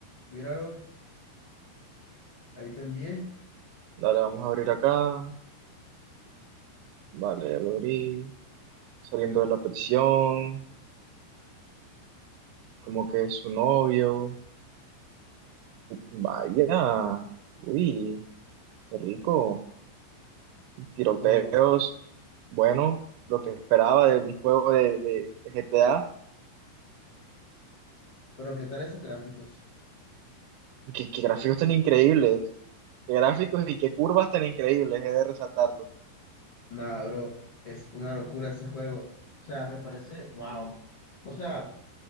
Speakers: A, on the left; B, on the right.
A: míralo. Ahí te envié.
B: Dale, vamos a abrir acá. Vale, ya lo abrí. Saliendo de la prisión. Como que es su novio. Vaya. Uy, qué rico. Tiroteos.
A: Bro,
B: Bueno, lo que esperaba de un juego de de GTA.
A: pero ¿qué tal esos gráficos?
B: Qué, qué gráficos tan increíbles. Qué gráficos y qué curvas tan increíbles, he de resaltarlo.
A: Nada, bro, es una locura ese juego. O sea, me parece, wow. O sea,